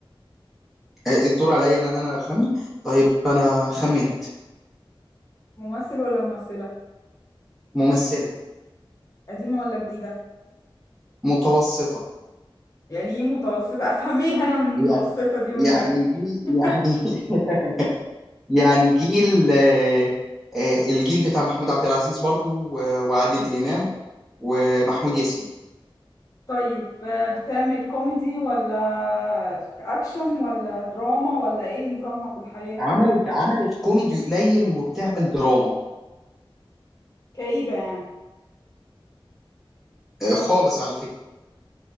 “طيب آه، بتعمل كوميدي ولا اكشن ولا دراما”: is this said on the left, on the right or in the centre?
Left